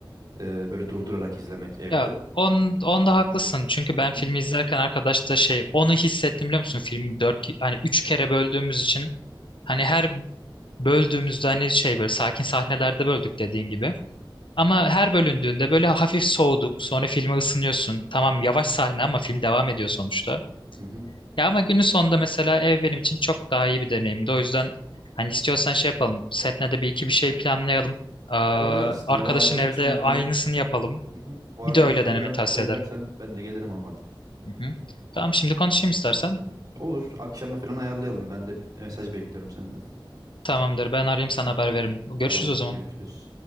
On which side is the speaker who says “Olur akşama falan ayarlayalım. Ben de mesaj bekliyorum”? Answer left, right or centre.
Right